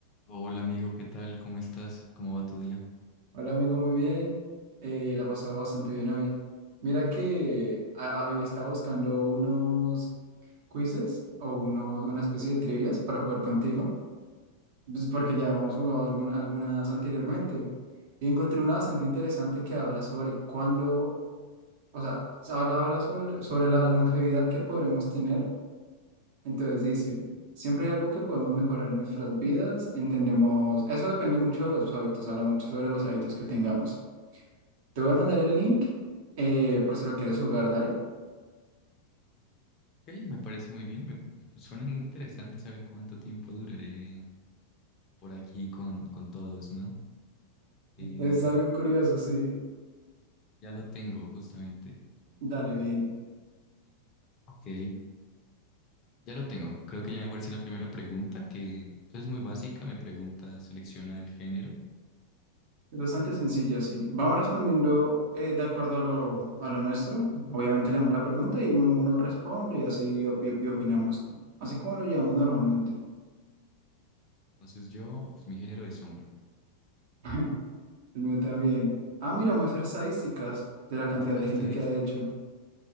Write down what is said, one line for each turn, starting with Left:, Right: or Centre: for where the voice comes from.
Left: Hola amigo, ¿qué tal? ¿Cómo estás? ¿Cómo va tu día?
Right: Hola amigo, muy bien. Eh, la he pasado bastante bien hoy. Mira que ha- había estado buscando unos quizzes o uno- una especie de trivias para jugar contigo, pues, porque ya hemos jugado algún- algunas anteriormente. Y encontré una bastante interesante que habla sobre cuándo, o sea, ahora habla sobre, sobre la longevidad que podremos tener. Entonces dice, siempre hay algo que podemos mejorar en nuestras vidas. Entendemos, eso depende mucho de los hábitos, habla mucho sobre los hábitos que tengamos. Te voy
Left: Pero-
Right: a mandar el link
Left: sí.
Right: eh, por si lo quieres jugar, dale.
Left: Ok, me parece muy bien, me <laughs> suena muy interesante saber cuánto tiempo duraré por aquí con, con todos, ¿no? Eh,
Right: Es algo curioso, sí.
Left: ya lo tengo justamente, vamos
Right: Dale,
Left: a...
Right: bien.
Left: Ok, ya lo tengo, creo que ya me aparece la primera pregunta, que pues, es muy básica, me pregunta, selecciona el género,
Right: Es bastante sencilla, sí. Vamos respondiendo eh, de acuerdo a lo, a lo nuestro. Obviamente leemos la pregunta y uno, uno responde y así op- y- y opinamos. Así como lo llevamos normalmente.
Left: entonces yo, pues mi género es hombre.
Right: <laughs> El mío también. Ah, mira, muestra estadísticas de la cantidad
Left: Nuestra
Right: de
Left: estadística.
Right: gente que ha hecho.